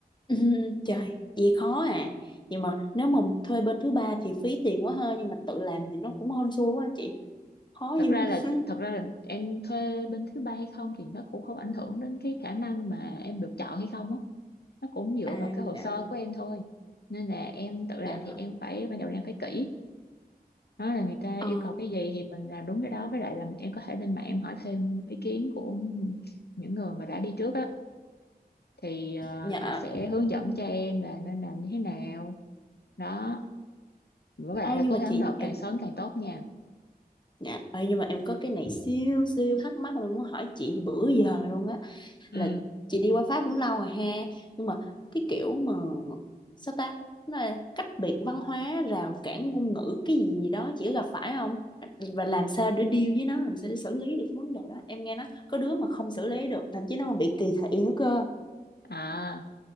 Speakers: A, on the left; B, on the left.
A: <laughs> Trời, gì khó à. Nhưng mà nếu mà thuê bên thứ ba thì phí tiền quá ha, nhưng mà tự làm thì nó cũng hên xui quá chị. Khó
B: thật
A: dữ.
B: ra là
A: <laughs>
B: thật ra là em thuê bên thứ ba hay không thì nó cũng không ảnh hưởng đến cái khả năng mà em được chọn hay không á nó cũng dựa
A: À
B: vào cái hồ
A: dạ,
B: sơ của em thôi nên là em tự làm
A: dạ.
B: thì em phải ban đầu là em phải kỹ đó là người ta
A: Ờ,
B: yêu cầu cái gì thì mình làm đúng cái đó với lại là em có thể lên mạng em hỏi thêm ý kiến của những người mà đã đi trước á thì ờ,
A: dạ.
B: họ
A: À,
B: sẽ hướng dẫn cho em là nên làm như thế nào đó với
A: ờ,
B: lại là
A: nhưng
B: cố
A: mà
B: gắng
A: chị
B: nộp
A: em
B: càng sớm càng tốt nha
A: dạ, ờ, nhưng mà em có cái này siêu siêu thắc mắc mà em muốn hỏi chị bữa giờ luôn á.
B: ừ
A: là chị đi qua Pháp cũng lâu rồi ha nhưng mà cái kiểu mà sao ta nó là cách biệt văn hóa rào cản ngôn ngữ cái gì gì đó chị có gặp phải không và làm sao để deal với nó làm sao để xử lý được cái vấn đề đó em nghe nói có đứa mà không xử lý được thậm chí nó còn bị kỳ thị nữa cơ
B: à